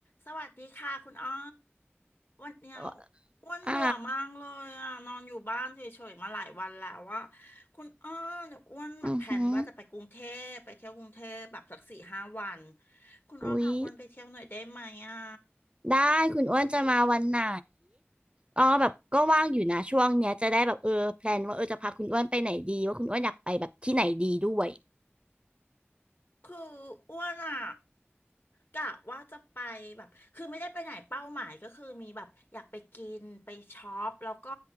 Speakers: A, on the left; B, on the right.
A: สวัสดีค่ะคุณอ้อวันเนี้ย
B: เอ่อ
A: อ้วนเบื่อมากเลยอ่ะนอนอยู่บ้านเฉยๆมาหลายวันแล้วอ่ะ
B: อ่า
A: คุณอ้อเนี่ยอ้วนแบบแผนว่าจะไปกรุงเทพไปเที่ยวกรุงเทพแบบสักสี่ห้าวัน
B: อือหือ
A: คุณอ้อพาอ้วนไปเที่ยวหน่อยได้ไหมอ่ะ
B: อุ๊ยได้ คุณอ้วนจะมาวันไหนอ๋อแบบก็ว่างอยู่นะช่วงเนี้ยจะได้แบบเออแพลนว่าเออจะพาคุณอ้วนไปไหนดีว่าคุณอ้วนอยากไปแบบที่ไหนดีด้วย
A: คืออ้วนอ่ะกะว่าจะไปแบบคือไม่ได้ไปไหนเป้าหมายก็คือมีแบบอยากไปกินไปช็อปแล้วก็